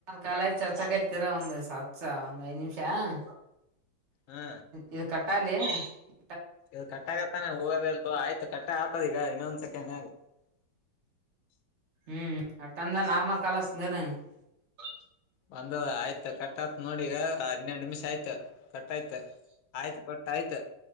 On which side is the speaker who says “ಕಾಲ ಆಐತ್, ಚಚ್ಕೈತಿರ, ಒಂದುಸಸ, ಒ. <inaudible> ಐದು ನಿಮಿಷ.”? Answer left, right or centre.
Right